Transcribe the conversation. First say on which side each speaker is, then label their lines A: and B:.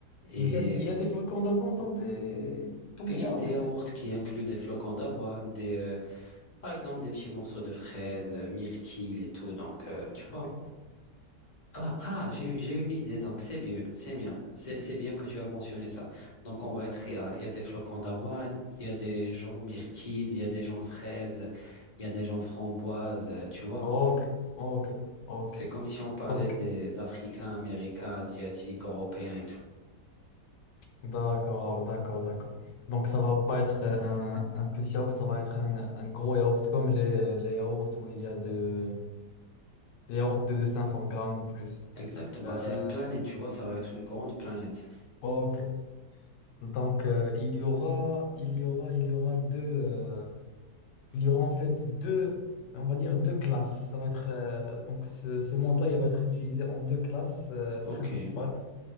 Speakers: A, on the left; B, on the left.
A: Et
B: Il y a, il y a des flocons d'avant dans des, dans des
A: il
B: yaourts.
A: y a des yaourts qui incluent des flocons d'avoine, des, euh, Par exemple, des petits morceaux de fraises, euh, myrtilles et tout. Donc, euh, tu
B: Ok.
A: vois. Ah, ah, j'ai, j'ai une idée. Donc, c'est bien. C'est bien. C'est, c'est bien que tu as mentionné ça. Donc, on va être, il y a, il y a des flocons d'avoine, il y a des gens myrtilles, il y a des gens fraises, il y a des gens framboises, euh, tu vois.
B: Ok, ok, ok.
A: C'est comme si on parlait
B: Donc,
A: des Africains, Américains, Asiatiques, Européens et tout.
B: d'accord, d'accord, d'accord. Donc, ça va pas être un, un petit yaourt, ça va être un, un gros yaourt, comme les, les yaourts où il y a de, les yaourts de, de 500 grammes ou plus.
A: Exact. Bah,
B: Euh,
A: c'est une planète, tu vois. Ça va être une grande planète.
B: ok. Donc, euh, il y aura, il y aura, il y aura deux, euh, il y aura en fait deux, on va dire deux classes. Ça va être, euh, donc, ce, ce monde-là, il va être divisé en deux classes, euh, principales.
A: Ok.